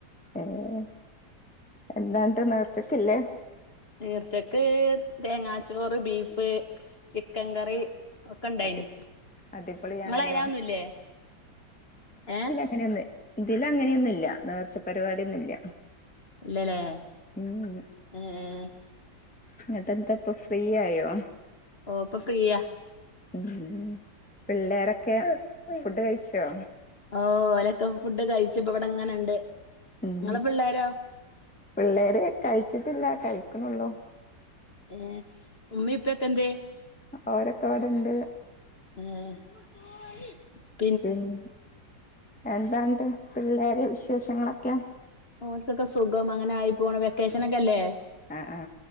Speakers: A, in the centre; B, on the left (about 30°).
A: ഏഹ് എന്താന്നട്ട് നേർച്ചക്കില്ലേ
B: നീർച്ചക്ക് തേങ്ങാച്ചോറ് ബീഫ് ചിക്കൻ കറി ഒക്കെണ്ടായിനി.
A: അടി അടിപൊളിയാണല്ലോ
B: ങ്ങളഅയ്ലതൊന്നുല്ലേ ഏഹ്
A: അങ്ങന്യൊന്ന് ഇതിലങ്ങന്യൊന്നുല്ല നേർച്ച പരിപാട്യൊന്നുല്യ
B: ഇല്ലല്ലേ
A: ഉം ഉം
B: ഏ
A: ങ്ങട്ടെന്താപ്പൊ ഫ്രീ ആയോ
B: ഓഹ് പ്പൊ ഫ്രീയാ
A: ഉം പിള്ളേരൊക്കെ ഫുഡ്ഡ് കഴിച്ചോ
B: ഓഹ് ഓലൊക്കെ ഫുഡ്ഡ്കഴിച്ച്പ്പ വടെങ്ങനെണ്ട്.
A: ഉം
B: ങ്ങളെ പിള്ളേരോ
A: പിള്ളേര് കഴിച്ചിട്ടില്ല കഴിക്ക്ണൊള്ളൂ
B: ഏഹ് ഇമ്മി പ്യൊക്കെന്തേയ്
A: ഓരൊക്കെ ഇവിടെണ്ട്
B: ഏഹ്
A: പിന്നെ എന്താന്ന്ണ്ട് പിള്ളേരെ വിശേഷങ്ങളൊക്കെ
B: ഓൽക്കൊക്കെ സുഖം അങ്ങനായി പോണ്. വെക്കേഷനൊക്കല്ലേ
A: ആ ആ